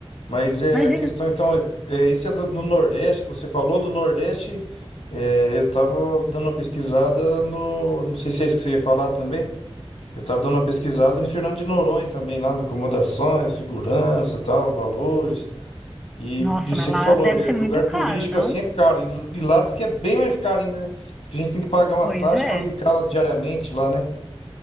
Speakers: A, on the left; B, in the centre.
A: Mas é
B: imagina.
A: a questão, então, é, isso é do- no Nordeste, que você falou do Nordeste, é, eu tava dando uma pesquisada no, não sei se é isso que você ia falar também, eu tava dando uma pesquisada em Fernando de Noronha também, lá na acomodações, segurança, tal, valores, e
B: Nossa,
A: você
B: mas lá
A: que falou,
B: deve
A: é,
B: ser
A: lugar
B: muito caro,
A: turístico
B: não?
A: assim é caro, e, e lá diz que é bem mais caro ainda, né? Diz que a gente tem que pagar uma
B: Pois
A: taxa
B: é.
A: para ficar lá diariamente lá, né?